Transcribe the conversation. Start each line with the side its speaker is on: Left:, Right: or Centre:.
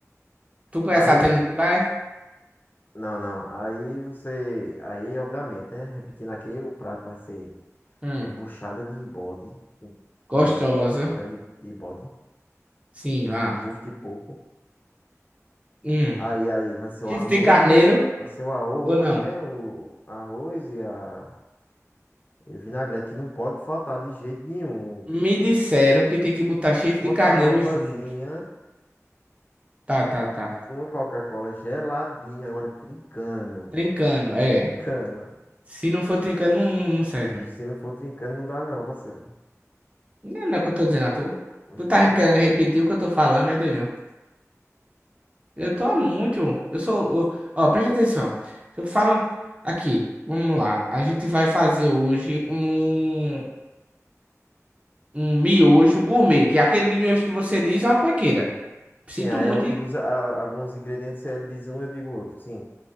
Right: Tu conhece
Left: Aí,
Right: a atendente lá, é?
Left: não, não. Aí você, aí obviamente, né? Repetindo aqui, o prato vai ser
Right: Hum,
Left: uma buchada de bode com,
Right: gostosa.
Left: com com pé de, de bode,
Right: Sim, lá.
Left: bucho de porco.
Right: Hum.
Left: Aí, aí vai ser
Right: Chifre
Left: o arroz,
Right: de carneiro
Left: né? Vai ser o arroz,
Right: ou não?
Left: né? O arroz e a E vinagrete que não pode faltar de jeito nenhum.
Right: Me disseram que tem que botar chifre
Left: Uma
Right: de carneiro
Left: farofazinha,
Right: junto. Tá, tá, tá.
Left: uma Coca-Cola geladinha, agora trincando.
Right: Trincando, é.
Left: Trincando.
Right: Se não for trincando, não, não, não serve.
Left: Acho que se não for trincando, não dá não, parceiro.
Right: Não é não é o que eu tô dizendo, tu.
Left: Hoje
Right: Tu
Left: com
Right: tá
Left: certeza.
Right: querendo repetir o que eu tô falando, né, doido? Eu tô há muito. Eu sou. Ó, preste atenção. Eu falo aqui, vamos lá. A gente vai fazer hoje um, um miojo gourmet, que é aquele miojo que você diz é uma panqueira.
Left: Sim,
Right: Sinto
Left: aí
Right: muito.
Left: eu digo
Right: em-
Left: os- a- alguns ingredientes, você diz um, eu digo outro. Sim.